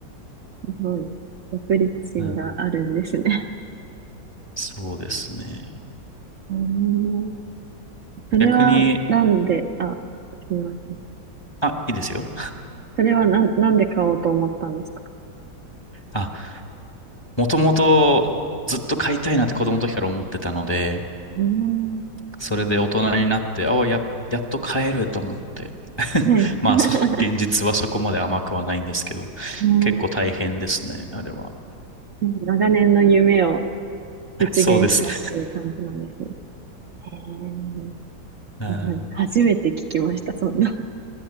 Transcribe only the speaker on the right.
すごい。独立心があるんですね。
うーん。それはなんで、
あ、すみません。
それはなん、なんで買おうと思ったんですか
うん。
ねえ。
<laughs>
うん
なんか長年の夢を実現したっていう感じなんですね。
へえ、
すごい。初めて聞きました、そんな。